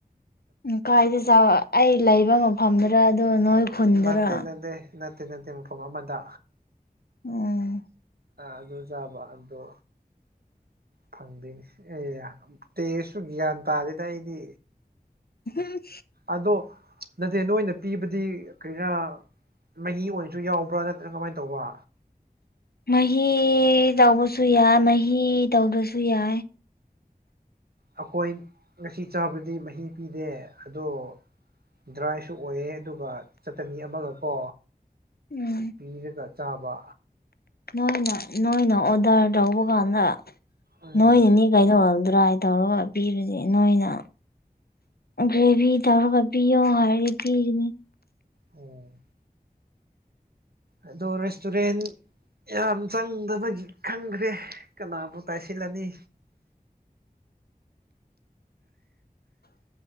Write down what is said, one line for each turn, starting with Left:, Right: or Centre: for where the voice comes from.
Left: ꯅꯨꯡꯀꯥꯏꯗ ꯆꯥꯎꯑ ꯑꯩ ꯂꯩꯕ ꯃꯐꯝꯗꯨꯔ ꯑꯗꯣ ꯅꯣꯏ ꯈꯨꯟꯗꯨꯔꯥ
Right: ꯅꯠꯇꯦ ꯅꯠꯇꯦ ꯅꯠꯇꯦ ꯅꯠꯇꯦ ꯃꯐꯝ ꯑꯃꯗ
Left: ꯎꯝ
Right: ꯑꯗꯨ ꯆꯥꯕ ꯑꯗꯣ ꯐꯪꯗꯣꯏꯅꯤ ꯑꯦ ꯇꯦꯁꯨ ꯒ꯭ꯌꯥꯟ ꯇꯥꯗꯦꯅ ꯑꯩꯗꯤ
Left: ꯎꯝ
Right: ꯑꯗꯣ ꯅꯠꯇꯦ ꯅꯣꯏꯅ ꯄꯤꯕꯗꯤ ꯀꯥꯔꯤꯔ ꯃꯍꯤ ꯑꯣꯏꯔꯁꯨ ꯌꯥꯎꯕ꯭ꯔꯥ ꯅꯠꯇ꯭ꯔꯒ ꯀꯃꯥꯏꯅ ꯇꯧꯕ
Left: ꯃꯍꯤ ꯇꯧꯕꯁꯨ ꯌꯥꯏ ꯃꯍꯤ ꯇꯧꯗ꯭ꯔꯁꯨ ꯌꯥꯏ
Right: ꯑꯩꯈꯣꯏ ꯉꯁꯤ ꯆꯥꯕꯗꯤ ꯃꯍꯤ ꯄꯤꯗꯦ ꯑꯗꯣ ꯗ꯭ꯔꯥꯏꯁꯨ ꯑꯣꯏꯌꯦ ꯑꯗꯨꯒ ꯆꯠꯇꯅꯤ ꯑꯃꯒꯀꯣ
Left: ꯎꯝ
Right: ꯄꯤꯔꯒ ꯆꯥꯕ
Left: ꯑ‌ꯩꯅ ꯅꯣꯏꯅ ꯑꯣꯗꯔ ꯇꯧꯕ ꯀꯥꯟꯗ
Right: ꯎꯝ
Left: ꯅꯣꯏꯅꯤ ꯀꯥꯏꯗꯧꯍꯗ꯭ꯔꯥꯏ ꯇꯧꯔꯒ ꯄꯤꯔꯨꯁ ꯅꯣꯏꯅ ꯒ꯭ꯔꯦꯚꯤ ꯇꯧꯔꯒ ꯄꯤꯑꯣ ꯍꯥꯏꯔꯗꯤ ꯄꯤꯕꯅꯤ
Right: ꯑꯣ ꯑꯗꯣ ꯔꯦꯁꯇꯨꯔꯦꯟ ꯌꯥꯝ ꯆꯪꯗꯕꯒꯤ ꯈꯪꯗ꯭ꯔꯦ ꯀꯅꯥꯕꯨ ꯇꯥꯏꯁꯤꯜꯂꯅꯤ
Left: <inaudible>